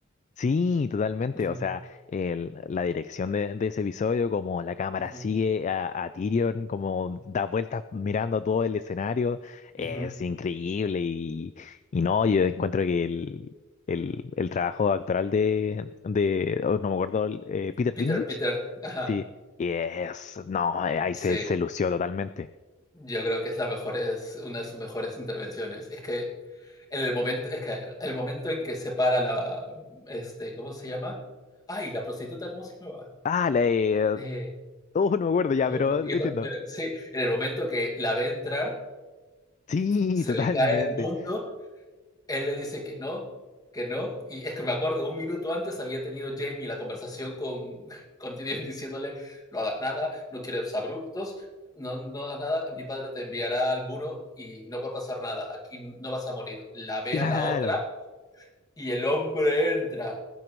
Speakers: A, on the left (about 35°); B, on the left (about 20°).
A: Sí, totalmente.
B: <laughs> Ujú,
A: O sea, el- la dirección de, de ese episodio, como la cámara
B: ujú,
A: sigue a, a Tyrion, como da vueltas mirando a todo el escenario, es
B: ujú.
A: increíble. Y, y no, yo encuentro que el, el, el trabajo actoral de, de oh, no me acuerdo, el, eh, Peter
B: Peter,
A: Dinklage,
B: Peter, ajá,
A: sí, es, no, ahí
B: sí.
A: se, se lució totalmente.
B: Yo creo que es la mejor, es una de sus mejores intervenciones. Es que en el momento, es que el momento en que se para la, este, ¿cómo se llama? Ay, la prostituta, ¿cómo se llamaba?
A: Ah, la de...
B: Eh,
A: Oh, no me acuerdo ya,
B: oh,
A: pero entiendo.
B: yo también- sí, en el momento que la ve entrar,
A: Sí,
B: se
A: totalmente.
B: le cae el mundo Él le dice que no, que no. Y es que me acuerdo, un minuto antes había tenido Jamie la conversación con, <laughs> con Tyrion diciéndole, no hagas nada, no quieres abruptos, no, no hagas nada, mi padre te enviará al muro y no va a pasar nada, aquí no vas a morir. La ve
A: Claro.
B: a la otra y el hombre entra.